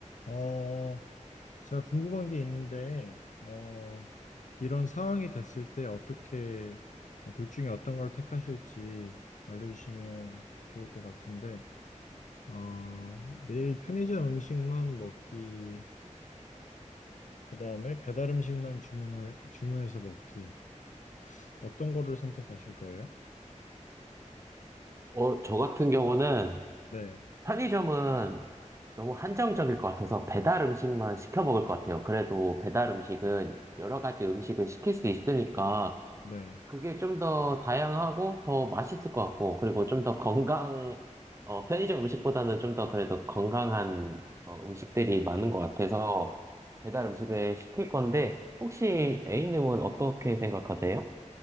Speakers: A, on the left; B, on the right.
A: 어, 제가 궁금한 게 있는데, 어, 이런 상황이 됐을 때 어떻게, 어, 둘 중에 어떤 걸 택하실지 알려주시면 좋을 것 같은데, 어, 매일 편의점 음식만 먹기랑, 그 다음에 배달 음식만 주문을, 주문해서 먹기. 어떤 거를 선택하실 거예요?
B: 어, 저 같은 경우는
A: 네,
B: 편의점은 너무 한정적일 것 같아서 배달 음식만 시켜 먹을 것 같아요. 그래도 배달 음식은 여러 가지 음식을 시킬 수 있으니까
A: 네.
B: 그게 좀 더 다양하고 더 맛있을 것 같고 그리고 좀 더 건강, 어, 편의점 음식보다는 좀 더 그래도 건강한 어, 음식들이 많은 것 같아서 배달 음식을 시킬 건데 혹시 A님은 어떻게 생각하세요?